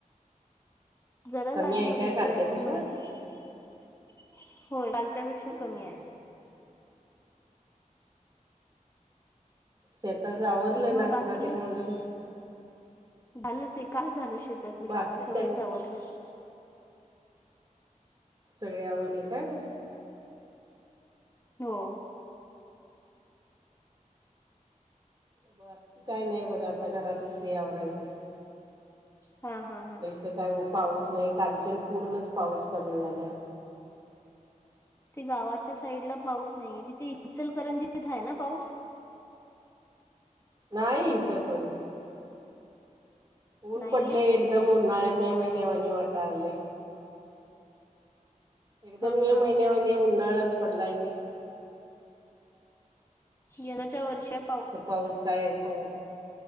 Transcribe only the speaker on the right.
कमी
आहे
काय
कालच्यापेक्षा
हम्म
शेतात आवरलं
नाचना
मांडून.
बाकी
काही नाही
सगळी आवरली काय.
बाकी काय नाही बघ आता, घरातलंच हे आवरायचं की.
ते काय ओ पाऊस नाही. कालच्यान पूर्णच पाऊस कमी झालायं.
नाही इथं पण. ऊन
पडलंय एकदम उन्हाळ्या मे महिन्या वाणी वाटालय. एकदम
मे
महिन्या वाणी उन्हाळाच पडलाय आणि.
आता पाऊस काय कवळ